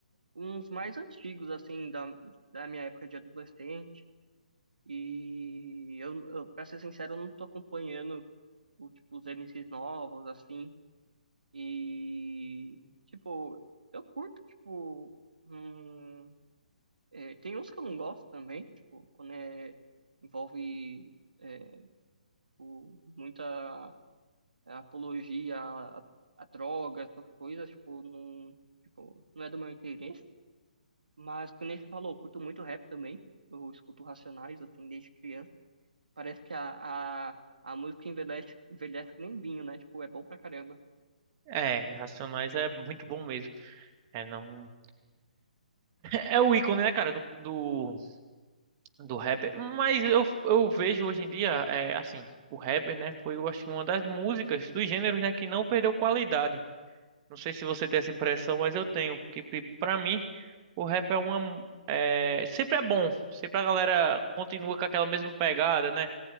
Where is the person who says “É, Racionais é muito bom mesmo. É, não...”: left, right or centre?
Right